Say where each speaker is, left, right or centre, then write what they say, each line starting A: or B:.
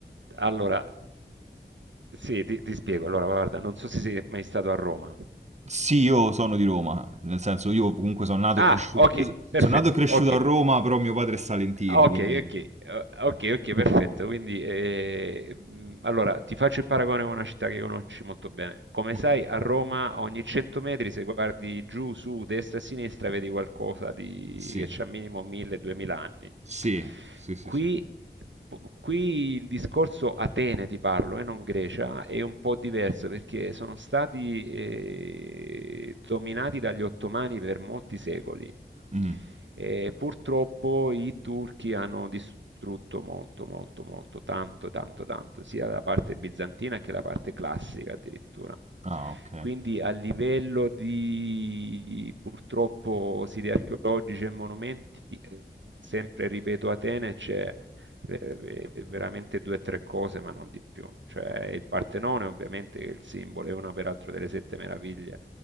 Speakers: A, on the right (about 90°); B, on the right (about 40°).
A: Allora, Sì, ti, ti spiego. Allora, guarda, non so se sei mai stato a Roma.
B: Sì, io sono di Roma, nel senso io comunque sono nato
A: Ah,
B: e cresciuto,
A: ok,
B: io so-
A: perfetto,
B: sono nato e cresciuto
A: ok.
B: a Roma, però mio padre è salentino,
A: Ok,
B: quindi...
A: ok, eh, ok, ok, perfetto. Quindi, eh, mh, allora, ti faccio il paragone con una città che conosci molto bene. Come
B: Ok,
A: sai, a Roma a ogni 100 metri, se guardi giù, su, destra e sinistra, vedi qualcosa di...
B: Sì,
A: che c'ha minimo 1000-2000 anni.
B: sì, sì, sì,
A: Qui,
B: sì.
A: qui il discorso Atene, ti parlo, e eh, non Grecia, è un po' diverso perché sono stati eh, dominati dagli ottomani per molti secoli.
B: Mm.
A: E purtroppo i turchi hanno distrutto molto, molto, molto, tanto, tanto, tanto, sia la parte bizantina che la parte classica addirittura.
B: Ah, ok.
A: Quindi a livello di purtroppo siti archeologici e monumenti, eh, sempre ripeto Atene c'è eh, eh, veramente due o tre cose, ma non di più. Cioè il Partenone ovviamente che è il simbolo, è una peraltro delle sette meraviglie